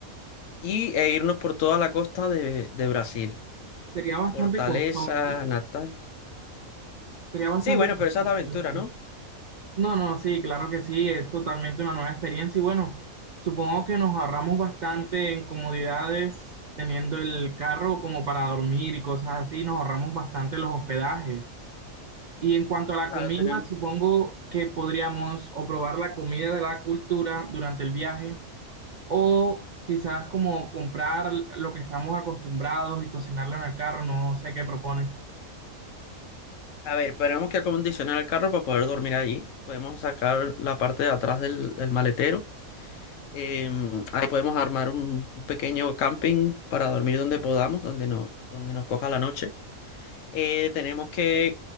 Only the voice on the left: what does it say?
y, e irnos por toda la costa de, de Brasil.
Fortaleza,
Natal.
Sí, bueno,
pero esa es la aventura,
¿no?
Claro,
tenemos.
A ver, tenemos que acondicionar el carro para poder dormir allí. Podemos sacar la parte de atrás del, del maletero. Em, ahí podemos armar un un pequeño camping para dormir donde podamos, donde, no, donde nos coja la noche. Eh, tenemos que